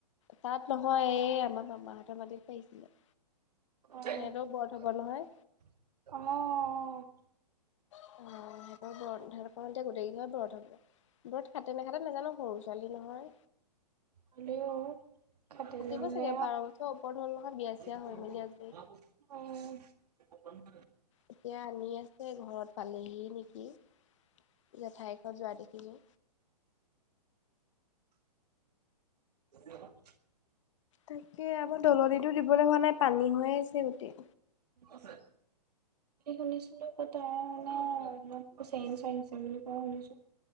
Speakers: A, on the left; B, on the right.
A: তাত নহয়, এই আমাৰ মামাহঁতৰ মাটিত পাৰিছিলে।
B: অ
A: সিহঁতৰো ব্ৰত হ'ব নহয়।
B: অ।
A: <unintelligible> গোটেই কেই ঘৰত ব্ৰত হ'ব খাতে নে নাখাতে নাজানো সৰু ছোৱালী নহয়।
B: হ'লেও। খাটিলে
A: থাকিব
B: মানে
A: চাগে বাৰ বছৰৰ ওপৰত হ'ল নহয় বিয়া চিয়া
B: আৰু
A: হৈ মেলি আজৰি।
B: উম।
A: এতিয়া আনি আছে ঘৰত পালেহি নিকি, জেঠাইয়েকক যোৱা দেখিলোঁ।
B: <unintelligible>
A: তাকে, আমাৰ দলনিটো দিবলৈ হোৱা নাই পানী হৈ আছে গোটেই।
B: আছে। শুনিছিলো পথাৰলে অলপ চেঞ্জ আহিছে বুলি কোৱা শুনিছোঁ।